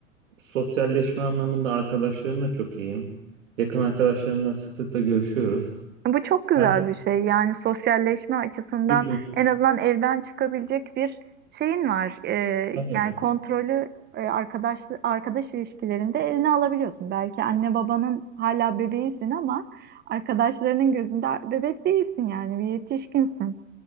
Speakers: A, on the right; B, on the right.
A: Sosyalleşme anlamında arkadaşlarımla çok iyiyim. Yakın arkadaşlarımla sıklıkla görüşüyoruz.
B: Bu çok
A: Sen
B: güzel bir şey. Yani sosyalleşme açısından
A: Hı hı,
B: en azından evden çıkabilecek bir şeyin var. Ee,
A: tabii.
B: yani kontrolü e, arkadaş arkadaş ilişkilerinde eline alabiliyorsun. Belki anne babanın hala bebeğisin ama arkadaşlarının gözünde bebek değilsin yani bir yetişkinsin.